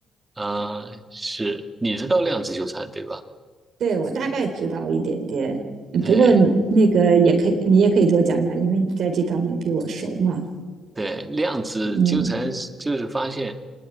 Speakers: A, on the right (about 20°); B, on the right (about 65°).
A: 啊、是，你知道量子纠缠对吧？
B: 对我大概知道一点点，
A: 对
B: 不过那个也可以，你也可以多讲讲，因为你在这方面比我熟嘛。
A: 对，量子纠缠是就是发现
B: 嗯